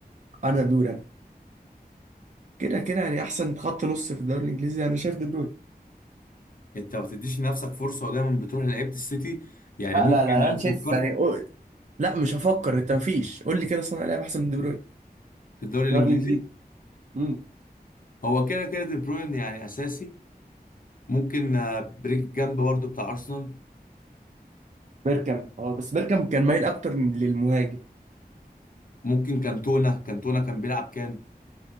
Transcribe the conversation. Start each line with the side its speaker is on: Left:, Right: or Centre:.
Right: انا دور انا كده كده يعني احسن خط نص في الدوري الانجليزي انا شايف دي بروين
Left: انت ما بتديش لنفسك فرصة ودايما بتروح لعيبة السيتي يعني
Right: لا
Left: ممكن
Right: لا لا انا
Left: لو فكرت
Right: شايف يعني لا مش هفكر انت مفيش قول لي كده صانع لعب احسن من دي بروين
Left: في الدوري
Right: الدوري
Left: الانجليزي
Right: الانجليزي امم
Left: هو كده كده دي بروين يعني اساسي ممكن آه، بريك جنب برضه بتاع ارسنال
Right: بيركامب اه بس بيركامب كان مايل اكتر للمهاجم
Left: ممكن كانتونا كانتونا كان بيلعب كام